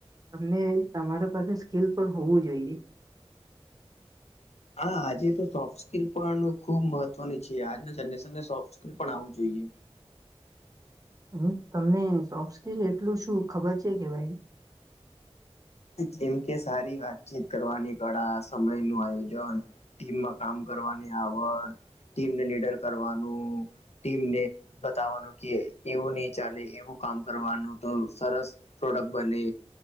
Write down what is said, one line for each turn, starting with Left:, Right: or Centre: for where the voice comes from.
Right: તમને તમારા પાસે સ્કીલ પણ હોવું જોઈએ
Left: હા આજે તો સોફ્ટ સ્કિલ પણ ખુબ મહત્વની છે આજના જનરેશનને સોફ્ટ સ્કીિલ પણ આવું જોઈએ
Right: હમ્મ તમને સોફ્ટ સ્કીલ એટલું શું ખબર છે કે ભાઈ?
Left: જેમ કે સારી વાતચીત કરવાની કળા સમય નું આયોજન ટીમમાં કામ કરવાની આવડ ટીમને લીડર કરવાનું ટીમ ને બતાવાનું કે એવું નહી ચાલે એવું કામ કરવાનું તો સરસ પ્રોડક્ટ બને